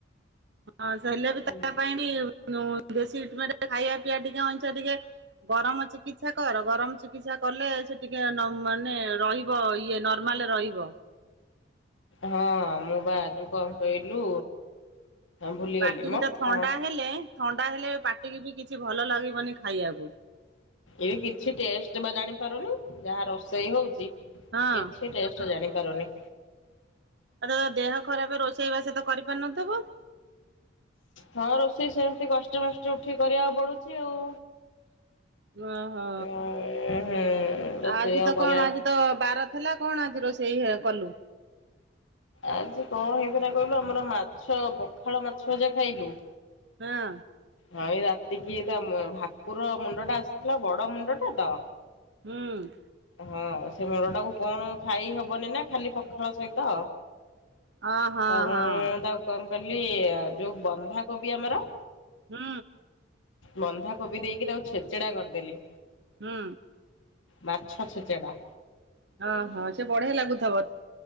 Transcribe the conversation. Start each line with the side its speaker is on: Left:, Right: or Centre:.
Right: ହଁ ହେଲେ ବି
Left: ହୁଁ
Right: ତା ପାଇଁ ବି ଦେଶୀ ଟିଟମେଟ ଖାଇବା ପିଇବା ଟିକେ ଅଇଛା ଟିକେ ଗରମ ଚିକିତ୍ସା କର ଗରମ ଚିକିତ୍ସା କଲେ ସେ ଟିକେ ମାନେ ରହିବ ଇଏ ନର୍ମା ହେଲେ ରହିବ।
Left: ହଁ ମୁଁ ବା ଆଜି କଣ କହିଲୁ ଭୁଲିଗଲି
Right: ପାଟିକି
Left: ମ
Right: ତ ଥଣ୍ଡା
Left: କଣ
Right: ହେଲେ, ଥଣ୍ଡା ହେଲେ, ପାଟିକି ବି କିଛି ଭଲ ଲାଗିବନି ଖାଇବାକୁ।
Left: ଏବେ କିଛି ଟେଷ୍ଟ ବା ଜାଣିପାରୁନି, ଯାହା ରୋଷେଇ ହଉଛି
Right: ହଁ
Left: କିଛି ଟେଷ୍ଟ ତ ଜାଣିପାରୁନି।
Right: ଆଉ ତ ଦେହ ଖରାପ ରୋଷେଇବାସ ତ କରିପାରୁନଥିବୁ।
Left: ହଁ ରୋଷେଇ ସେମିତି କଷ୍ଟମଷ୍ଟେ ଉଠିକି କରିବାକୁ ପଡୁଛି ଆଉ।
Right: ଓ ହୋ।
Left: ହୁଁ ରୋଷେଇ
Right: ଆଜି
Left: ଆଉ
Right: ତ
Left: କରିବା
Right: କଣ ଆଜି ତ ବାର ଥିଲା କଣ ଆଜି ରୋଷେଇ କଲୁ?
Left: ଆଜି କଣ ହେଇଥିଲା କହିଲୁ ଆମର ମାଛ ପଖାଳ ମାଛ ଆ ଯା ଖାଇଲୁ।
Right: ହଁ
Left: ହଁ ଏଇ ରାତିକି ଏଇଟା ମ ଭାକୁର ମୁଣ୍ଡ ଟା ଆସିଥିଲା ବଡ ମୁଣ୍ଡ ଟା ତ।
Right: ହୁଁ।
Left: ହଁ ସେ ମୁଣ୍ଡ ଟାକୁ କଣ ଖାଇ ହବନି ନା ଖାଲି ପଖାଳ ସହିତ।
Right: ହଁ ହଁ
Left: ତ ମୁଁ
Right: ହଁ
Left: ତାକୁ କଣ କଲି ଆ ଯୋଉ ବନ୍ଧାକୋବି ଆମର।
Right: ହୁଁ।
Left: ବନ୍ଧାକୋବି ଦେଇକି ତାକୁ ଛେଚେଡା କରିଦେଲି।
Right: ହୁଁ।
Left: ମାଛ ଚେଚେଡା।
Right: ଓହୋ ସେ ବଢିଆ ଲାଗୁଥବ।